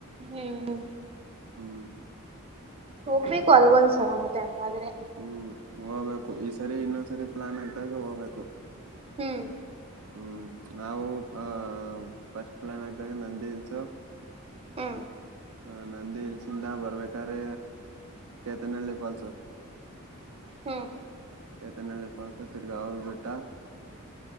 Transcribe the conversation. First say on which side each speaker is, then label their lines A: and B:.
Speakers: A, on the right; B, on the right.
A: ಹ್ಮ್
B: ಹ್ಮ
A: ಹೋಗ್ಬೇಕು ಅಲ್ಗೊಂದ್ಸಲ ಮತ್ತೆ ಹಂಗಾದ್ರೆ
B: ಹ್ಮ್ ಹೋಗ್ಬೇಕು ಈ ಸರಿ ಇನ್ನೊಂದ್ ಸರಿ ಪ್ಲಾನ್ ಆಗ್ದಾಗ ಹೋಗ್ಬೇಕು
A: ಹ್ಮ್
B: ಹ್ಮ್ ನಾವು ಅ ಫಸ್ಟ್ ಪ್ಲಾನ್ ಆಗದಾಗ ನಂದಿ ಇಲ್ಸು
A: ಹ್ಮ
B: ಹ ನಂದಿ ಇಲ್ಸಿಂದ ಬರ್ಬೇಕ್ರೀ ಕೇತನಹಳ್ಳಿ ಫಾಲ್ಸು
A: ಹ್ಮ್
B: ಕೆತನಳ್ಳಿ ಪಾಲ್ ಸತರ್ಗ ಅವಲ್ ಬೆಟ್ಟ